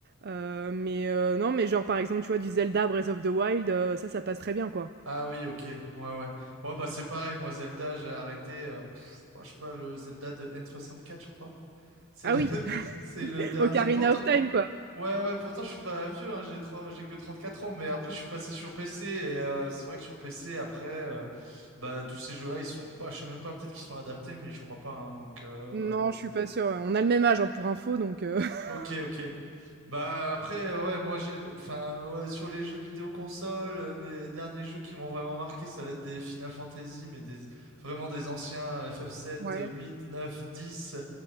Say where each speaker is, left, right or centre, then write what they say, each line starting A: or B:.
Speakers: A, on the right (about 50°); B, on the right (about 80°).
A: Heu, mais, heu, non, mais genre, par exemple, tu vois, du Zelda Breath of the Wild, heu, ça, ça passe très bien, quoi.
B: Ah oui, ok. Ouais, ouais. Ouais, bah c'est pareil, moi, Zelda, j'ai arrêté, euh, pff, oh, je sais pas, le Zelda de N64, je crois. C'est
A: Ah
B: le,
A: oui,
B: <laughs>
A: <laughs>
B: c'est le dernier.
A: Ocarina
B: Pourtant,
A: of Time, quoi.
B: Ouais, ouais, pourtant je suis pas vieux, hein, j'ai trois- j'ai que 34 ans, mais après je suis passé sur PC et euh, c'est vrai que sur PC, après, euh, bah, tous ces jeux-là, ils sont, bah, je sais même pas, peut-être qu'ils sont adaptés, mais je crois pas, hein, donc, euh,
A: Non, je suis pas sûre, ouais. On a le même âge, hein, pour info, donc, heu, <laughs>
B: ok, ok. Bah, après, euh, ouais, moi j'ai, enfin, ouais, sur les jeux vidéo console, euh, mes derniers jeux qui m'ont vraiment marqué, ça va être des Final Fantasy, mais des, vraiment des anciens ff sept
A: ouais.
B: euh, 8, 9, 10.